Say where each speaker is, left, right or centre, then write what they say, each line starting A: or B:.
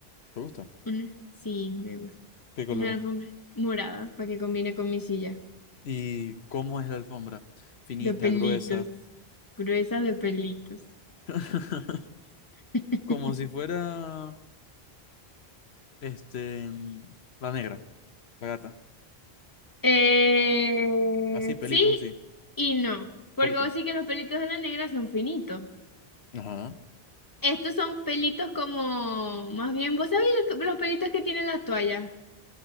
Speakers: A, on the left; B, on the left.
A: ¿Te gusta?
B: Una, sí, me gusta.
A: ¿Qué colores?
B: Una alfombra morada para que combine con mi silla.
A: ¿Y cómo es la alfombra? Finita,
B: De pelitos.
A: gruesa.
B: Gruesa de pelitos.
A: <laughs>
B: <laughs>
A: Como si fuera, este, la negra, la gata.
B: Eh,
A: Así, pelitos
B: sí y no. Porque
A: ¿Por qué?
B: vos sí que los pelitos de la negra son finitos.
A: Ajá.
B: Estos son pelitos como, más bien, vos sabés lo que- los pelitos que tienen la toalla.